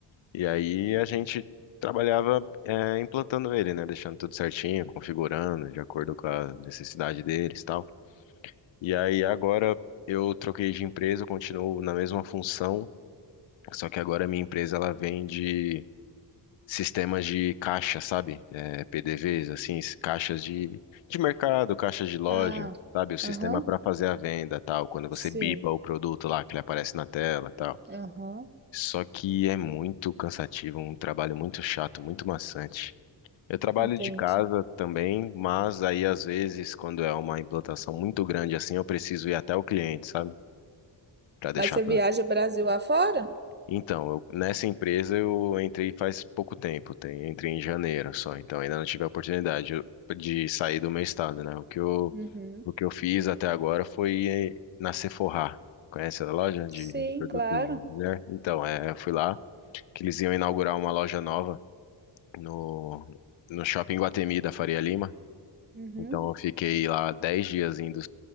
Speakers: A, on the left; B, on the right.
A: e aí a gente trabalhava eh, implantando ele, né, deixando tudo certinho, configurando de acordo com a necessidade deles, e tal. E aí agora eu troquei de empresa, continuo na mesma função, só que agora a minha empresa ela vende sistemas de caixa, sabe? É, PDVs, assim, s- caixas de, de mercado, caixas de loja,
B: Ah,
A: sabe? O sistema
B: aham,
A: para fazer a venda, tal, quando
B: sim,
A: você bipa o produto lá, que ele aparece na tela, tal.
B: aham,
A: Só que é muito cansativo, um trabalho muito chato, muito maçante. Eu trabalho
B: entendi.
A: de casa também, mas aí às vezes, quando é uma implantação muito grande assim, eu preciso ir até o cliente, sabe? Para deixar
B: Mas você
A: tudo
B: viaja Brasil afora?
A: Então, eu- nessa empresa eu entrei faz pouco tempo, tem, entrei em janeiro só, então ainda não tive a oportunidade de sair do meu estado, né? O que eu,
B: Uhum,
A: o que eu fiz até agora foi eh, na Sephora. Conhece a loja de
B: sim,
A: produtos
B: claro.
A: de mulher? Então, é, eu fui lá, que eles iam inaugurar uma loja nova no, no shopping Guatemi da Faria Lima.
B: Uhum.
A: Então, eu fiquei lá 10 dias indo